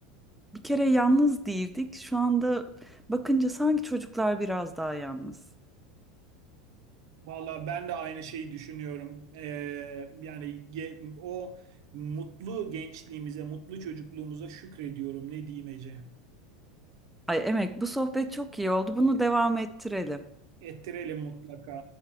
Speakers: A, in the centre; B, on the right.
A: Bir kere yalnız değildik. Şu anda bakınca sanki çocuklar biraz daha yalnız.
B: Valla ben de aynı şeyi düşünüyorum. Ee, yani ge- o mutlu gençliğimize, mutlu çocukluğumuza şükrediyorum. Ne diyeyim Ece?
A: Ay Emek, bu sohbet çok iyi oldu. Bunu devam ettirelim.
B: Ettirelim mutlaka.